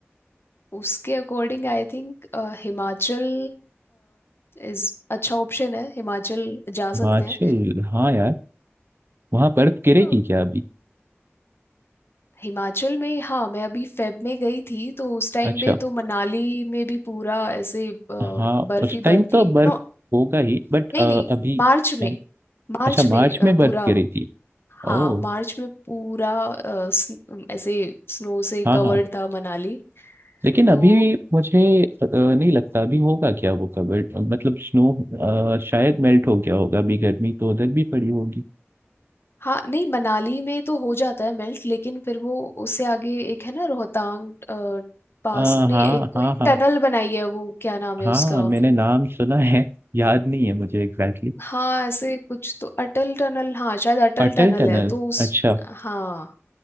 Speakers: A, on the left (about 55°); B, on the right (about 55°).
A: उसके according I think Himachal is अच्छा ऑप्शन है हिमाचल जा
B: हिमाचल
A: सकते
B: हाँ यार वहाँ बर्फ गिरेगी
A: हैं
B: क्या अभी
A: हिमाचल में हाँ मैं अभी फेब में गई थी तो उस टाइम
B: अच्छा
A: पे तो मनाली में भी पूरा ऐसे अ,
B: हाँ
A: बर्फ
B: उस
A: ही
B: टाइम
A: बर्फ
B: तो
A: थी
B: बर्फ
A: नो
B: होगा ही बट
A: नहीं
B: अभी
A: नहीं मार्च में
B: अ,
A: मार्च
B: अच्छा मार्च
A: में अ,
B: में बर्फ
A: पूरा
B: गिरी थी
A: हाँ
B: ओह
A: मार्च में पूरा अ, स्न- ऐसे स्नो से
B: हाँ
A: कवर्ड
B: हाँ
A: था मनाली
B: लेकिन
A: तो
B: अभी मुझे अ, नहीं लगता अभी होगा क्या वो कवर मतलब स्नो शायद मेल्ट हो गया होगा अभी गर्मी तो उधर भी पड़ी होगी
A: हाँ नहीं मनाली में तो हो जाता है मेल्ट लेकिन फिर वो उससे आगे एक है ना रोहतांग अ, पास
B: अ,
A: नहीं
B: हाँ
A: एक कोई
B: हाँ हाँ
A: टनल बनाई है वो क्या नाम है
B: हाँ
A: उसका
B: मैंने नाम सुना है याद नहीं है मुझे एग्जैक्टली
A: हाँ ऐसे कुछ तो अटल टनल हाँ शायद अटल
B: अटल
A: टनल
B: टनल
A: है तो उस
B: अच्छा
A: हाँ